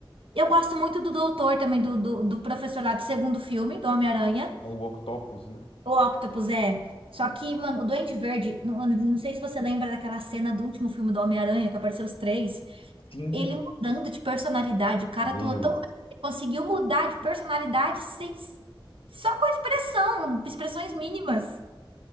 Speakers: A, on the right (about 75°); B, on the left (about 80°).
A: Eu gosto muito do Doutor também, do, do, do professor lá do segundo filme, do Homem-Aranha.
B: É o Octopus, né?
A: O Octopus é. Só que, mano, o Duende Verde, não, não sei se você lembra daquela cena do último filme do Homem-Aranha, que apareceu os três.
B: Sim,
A: Ele mudando de personalidade. O cara
B: meu.
A: atuou tão. bem, Ele conseguiu mudar de personalidade sem. Só com expressão, expressões mínimas.